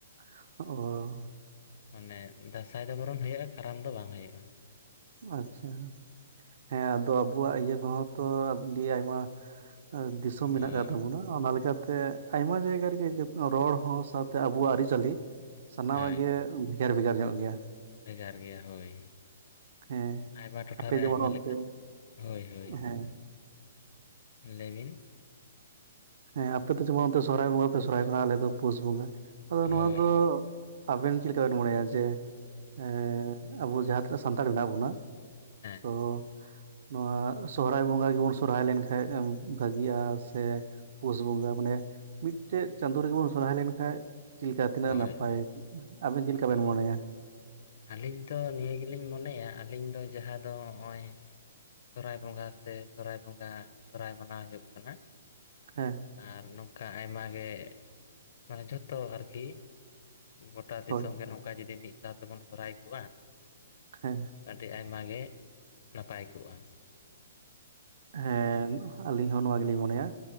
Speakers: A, on the right; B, on the left.
A: ᱚ <unintelligible>
B: ᱚᱱᱮ ᱫᱟᱥᱟᱭ ᱫᱚ ᱵᱚᱨᱚᱱ ᱦᱩᱭᱩᱜᱼᱟ ᱠᱟᱨᱟᱢ ᱫᱚ ᱵᱟᱝ ᱦᱩᱭᱩᱜᱼᱟ
A: ᱟᱪᱪᱷᱟ ᱦᱮᱸ ᱟᱫᱚ ᱟᱵᱩᱣᱟᱜ ᱤᱭᱟᱹ ᱠᱚᱦᱚᱸ ᱛᱚ ᱟᱹᱰᱤ ᱟᱭᱢᱟ ᱟᱨ ᱫᱤᱥᱚᱢ ᱢᱮᱱᱟᱜ
B: ᱦᱳᱭ
A: ᱟᱠᱟᱫ ᱛᱟᱵᱚᱱᱟ ᱚᱱᱟ ᱞᱮᱠᱟᱛᱮ ᱟᱭᱢᱟ ᱡᱟᱭᱜᱟ ᱨᱮᱜᱮ ᱡᱟᱵ ᱨᱚᱲ ᱦᱚᱸ ᱥᱟᱶᱛᱮ ᱟᱵᱚᱣᱟᱜ ᱟᱹᱨᱤᱪᱟᱹᱞᱤ ᱥᱟᱱᱟᱢᱟᱜ
B: ᱦᱳᱭ
A: ᱜᱮ
B: ᱦᱳᱭ,
A: ᱵᱷᱮᱜᱟᱨ ᱵᱷᱮᱜᱟᱨ ᱧᱚᱜ ᱜᱮᱭᱟ
B: ᱵᱷᱮᱜᱟᱨ ᱜᱮᱭᱟ ᱦᱳᱭ
A: ᱦᱮᱸ
B: ᱟᱭᱢᱟ ᱴᱚᱴᱷᱟ.
A: ᱟᱯᱮ
B: ᱨᱮ
A: ᱡᱮᱢᱚᱱ
B: ᱟᱭᱢᱟ
A: ᱚᱱᱛᱮ
B: ᱞᱮᱠᱟᱱ ᱦᱳᱭ ᱦᱳᱭ
A: ᱦᱮᱸ
B: ᱦᱳᱭ ᱞᱟ. ᱭ ᱵᱤᱱ
A: ᱦᱮᱸ ᱟᱯᱮ ᱫᱚ ᱡᱮᱢᱚᱱ ᱚᱱᱛᱮ ᱥᱚᱨᱦᱟᱭ ᱵᱚᱸᱜᱟ ᱯᱮ ᱥᱚᱨᱦᱟᱭ ᱚᱜ ᱠᱟᱱᱟ ᱟᱞᱮ ᱫᱚ ᱯᱩᱥ ᱵᱚᱸᱜᱟ ᱟᱫᱚ
B: ᱦᱳᱭ
A: ᱱᱚᱣᱟ ᱫᱚ
B: ᱦᱳᱭ
A: ᱟᱵᱮᱱ ᱪᱮᱫ ᱞᱮᱠᱟᱵᱮᱱ ᱢᱚᱱᱮᱭᱟ ᱡᱮ ᱮᱻ ᱟᱵᱚ ᱡᱟᱦᱟᱸ ᱛᱤᱱᱟᱹᱜ ᱥᱟᱱᱛᱟᱲ ᱢᱮᱱᱟᱜ ᱵᱚᱱᱟ
B: ᱦᱮᱸ
A: ᱚ ᱱᱚᱣᱟ ᱥᱚᱦᱨᱟᱭ ᱵᱚᱸᱜᱟ ᱜᱮ ᱵᱚᱱ ᱥᱚᱨᱦᱟᱭ ᱞᱮᱱᱠᱷᱟᱱ ᱵᱷᱟᱜᱤᱜᱼᱟ ᱥᱮ ᱯᱩᱥ ᱵᱚᱸᱜᱟ ᱢᱟᱱᱮ ᱢᱤᱫᱴᱮᱡ ᱪᱟᱸᱫᱳ ᱨᱮᱜᱮ ᱵᱚᱱ ᱥᱚᱨᱦᱟᱭ ᱞᱮᱱᱠᱷᱟᱡ ᱪᱮᱫ ᱞᱮᱠᱟ ᱛᱤᱱᱟᱹᱜ
B: ᱦᱳᱭ
A: ᱱᱟᱯᱟᱭ
B: ᱦᱳᱭ
A: ᱟᱵᱮᱱ ᱪᱮᱫ ᱞᱮᱠᱟ
B: ᱦᱳᱭ
A: ᱵᱮᱱ ᱢᱚᱱᱮ ᱮᱫᱟ
B: ᱟᱹᱞᱤᱧ ᱛᱚ ᱱᱤᱭᱟᱹ ᱜᱮᱞᱤᱧ ᱢᱚᱱᱮᱭᱟ ᱟᱹᱞᱤᱧ ᱫᱚ ᱡᱟᱦᱟᱸ ᱫᱚ ᱱᱚᱜᱼᱚᱭ ᱥᱚᱨᱦᱟᱭ ᱵᱚᱸᱜᱟ ᱥᱮ ᱥᱚᱨᱦᱟᱭ ᱵᱚᱸᱜᱟ ᱥᱚᱨᱦᱟᱭ ᱢᱟᱱᱟᱣ ᱦᱩᱭᱩᱜ ᱠᱟᱱᱟ
A: ᱦᱮᱸ
B: ᱟᱨ ᱱᱚᱝᱠᱟ ᱟᱭᱢᱟ ᱜᱮ ᱢᱟᱱᱮ ᱡᱚᱛᱚ ᱟᱨᱠᱤ ᱜᱳᱴᱟ
A: ᱦᱳᱭ
B: ᱫᱤᱥᱚᱢ ᱜᱮ ᱱᱚᱝᱠᱟ ᱡᱩᱫᱤ ᱢᱤᱫ ᱥᱟᱶ ᱛᱮᱵᱚᱱ ᱥᱚᱨᱦᱟᱭ ᱠᱚᱜᱼᱟ
A: ᱦᱮᱸ
B: ᱟᱹᱰᱤ ᱟᱭᱢᱟ ᱜᱮ ᱱᱟᱯᱟᱭ ᱠᱚᱜᱼᱟ
A: ᱦᱮ ᱟᱞᱤᱧ ᱦᱚᱸ ᱱᱚᱣᱟ ᱜᱮᱞᱤᱧ ᱢᱚᱱᱮᱭᱟ